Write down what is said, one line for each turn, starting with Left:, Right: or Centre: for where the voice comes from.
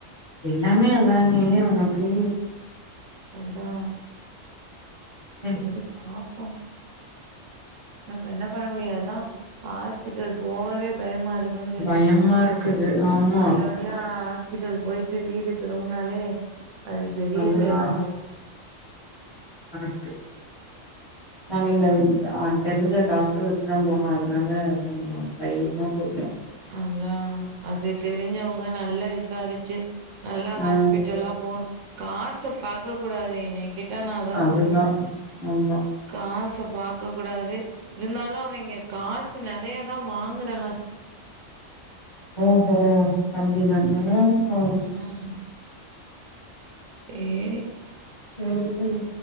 Left: எல்லாமே அதானே உனக்கு
Right: அதா
Left: சே
Right: சேரி பாப் போ நம்ம என்ன பண்ண முடியும் அதா ஹாஸ்பிட்டல் போகவே பயமா இரு <unintelligible> சொல்ட்டு
Left: பயமா
Right: இருந்தா
Left: இருக்குது ஆமா
Right: நல்லபடியா ஹாஸ்பிடல் போயட்டு வீடு திரும்னாலே அது பெரிய
Left: அதுதா
Right: செய்லாமாறிருச்சு
Left: <unintelligible> நாங்க இந்த ந்த அ தெரிஞ்ச டாக்டர் வெச்சுதா போனோ அதுனால கொஞ்ச தைரியமா போயிட்டோ
Right: அதா அது தெரிஞ்சவங்க நல்ல விஷ சாரிச்சு நல்ல ஹாஸ்பிட்டலா
Left: ஆ
Right: போணு காச பாக்க கூடாது என்னிக்க ட்டா நா அதா
Left: அதுதா
Right: சொல்லுவே
Left: ஆமா
Right: காசப் பாக்கக்கூடாது இருந்தாலு அவிங்க காசு நெறைய தா வாங்குறா
Left: ஓஹோ தம்பிதானு ம்ஹு
Right: ம். சேரி
Left: சேரி ம்